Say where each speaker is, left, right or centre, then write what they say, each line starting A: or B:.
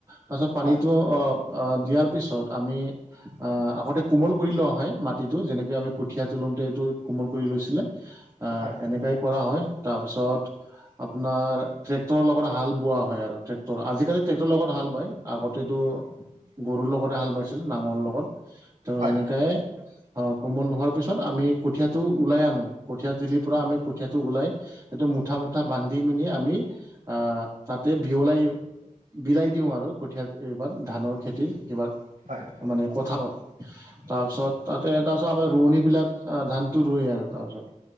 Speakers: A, on the right; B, on the right.
A: পাছত পানীটো
B: হয়
A: অ' অ', দিয়াৰ পিছত আমি আ' আগতে কোমল কৰি লোৱা হয় মাটিটো, যেনেকে আমি কঠিয়া তোলোঁতে এইটো কোমল কৰি লৈছিলে। আ'
B: হয়
A: এনেকাই কৰা হয়, তাৰপিছত আপোনাৰ ট্ৰেক্টৰৰ লগত হাল বোৱা হয় আৰু, ট্ৰেক্টৰ, আজিকালি ট্ৰেক্টৰৰ লগত হাল বায়, আগতেতো গৰুৰ লগতে হাল বাইছিল, নাঙৰ লগত, তেওঁ
B: হয়
A: এনেকাই অ' কোমল হোৱাৰ পিছত আমি কঠীয়াটো ওলাই আনোঁ, কঠীয়া তুলিৰপৰা আমি কঠীয়াটো ওলাই সেইটো মুঠা, মুঠা বান্ধি মিনি আমি আ, তাতে বিয়লাই বিলাই দিওঁ আৰু কঠীয়াত এইবাত, ধানৰ খেতিৰ কিবাত
B: হয়
A: মানে পথাৰত। তাৰপিছত তাতে তাৰপিছত আমাৰ ৰোৱনীবিলাক আ ধানটো ৰোৱে আৰু তাৰপিছত।